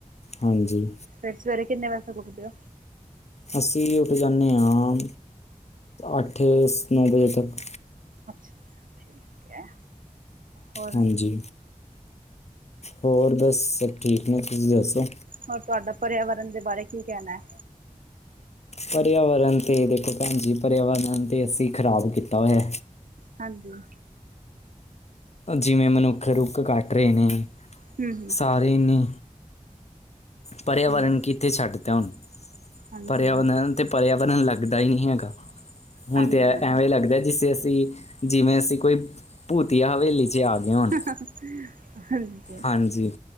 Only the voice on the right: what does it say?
ਫਿਰ ਸਵੇਰੇ ਕਿੰਨੇ ਵਜੇ ਤੋਂ ਉੱਠਦੇ ਓ?
ਅੱਛਾ ਅੱਛਾ ਠੀਕ ਹੈ, ਹੋਰ
ਹੋਰ ਤੁਹਾਡਾ ਪਰਿਆਵਰਨ ਦੇ ਬਾਰੇ ਕੀ ਕਹਿਣਾ ਐ‌?
ਹਾਂਜੀ।
ਹੂੰ ਹੂੰ
ਹੂੰ,
ਹਾਂਜੀ
ਹਾਂਜੀ
ਹਾਂਜੀ
ਹਾਂਜ